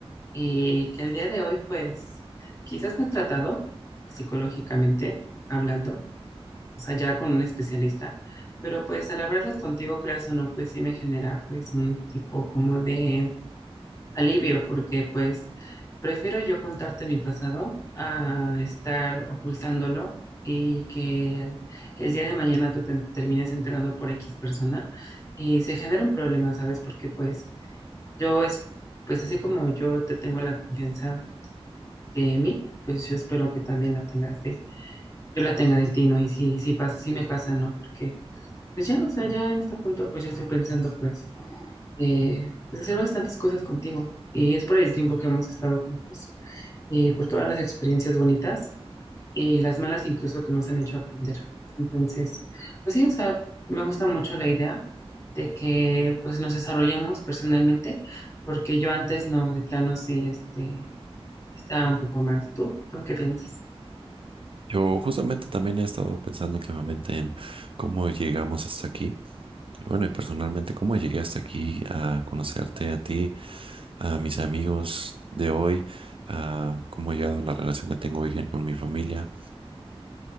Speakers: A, on the left; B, on the right.
A: y que al día de hoy, pues, quizás me he tratado psicológicamente hablando, o sea, ya con un especialista. Pero pues al hablarlo contigo, creas o no, pues sí me genera pues un tipo como de alivio, porque pues prefiero yo contarte mi pasado a estar ocultándolo y que el día de mañana tú te termines enterando por X persona y se genera un problema, ¿sabes? Porque pues yo es, pues así como yo te tengo la confianza de mí, pues yo espero que también la tengas de, yo la tenga de ti, ¿no? Y si, si pasa, si me pasa, ¿no? Porque pues ya, o sea, ya en este punto pues yo estoy pensando pues, eh, pues hacer bastantes cosas contigo. Y es por el tiempo que hemos estado juntos eh, por todas las experiencias bonitas eh, y las malas incluso que nos han hecho aprender. Entonces, pues sí, o sea, me gusta mucho la idea de que pues nos desarrollemos personalmente, porque yo antes no, de plano sí, este, estaba un poco mal. ¿Tú? ¿Tú qué piensas?
B: Yo justamente también he estado pensando últimamente en cómo llegamos hasta aquí. Bueno, y personalmente, cómo llegué hasta aquí a conocerte a ti, a mis amigos de hoy, a cómo he llegado a la relación que tengo hoy con mi familia.